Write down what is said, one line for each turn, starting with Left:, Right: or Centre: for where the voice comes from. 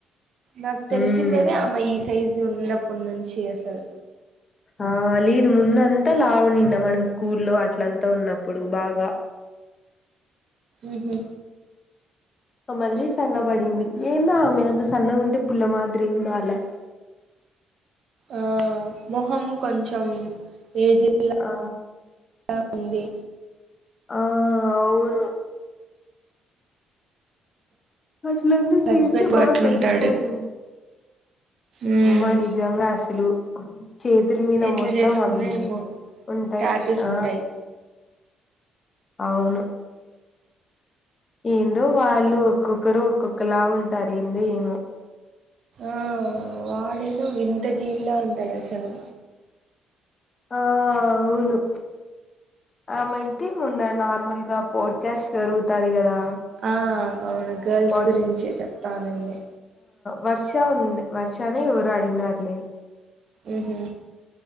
Right: నాకు తెలిసిండేదే
Left: మ్మ్
Right: ఆమె ఈ సైజు ఉన్నప్పుటి నుంచి అసలు
Left: ఆ లేదు ముందంతా లావు ఉన్నిండా మనం స్కూ లో అట్లంతా ఉన్నప్పుడు బాగా
Right: ఉహూ
Left: మళ్ళీ సన్నబడింది ఏందోఆమె అంత సన్నగుంటే పుల్లమద్రి బాలా
Right: ఆ మొహం కొంచెం ఏజ్లా
Left: ఆ
Right: లా ఉంది
Left: ఆ అవును వాట్లంతా
Right: హస్బెండ్
Left: చేస్తే బాగా
Right: అట్లుంటాడు
Left: తెలిసిపోతుంది
Right: ఉమ్
Left: అమ్మా నిజంగా అసలు చేతుల మీద
Right: ఎట్లా
Left: మొత్తం
Right: చేసుకుందో
Left: అవి
Right: ఏమో
Left: ఉంటాయి
Right: టాటూస్
Left: ఆ
Right: ఉంటాయి
Left: అవును ఏందో వాళ్ళు ఒక్కొక్కరు ఒక్కొక్కలా ఉంటారు ఏందో ఏమో
Right: ఆ వాడేదోవింత జీవిలా అంటాడు అసలు
Left: ఆ అవును ఆమయితే మొన్న నార్మల్గా పోడ్ క్యాస్ట్ జరుగుతది కదా
Right: ఆ అవును గర్ల్స్
Left: పోడ్కా
Right: గురించి చెప్తానండి
Left: వర్షా ఉంది వర్షనే ఎవరో అడినారులే
Right: ఉహూ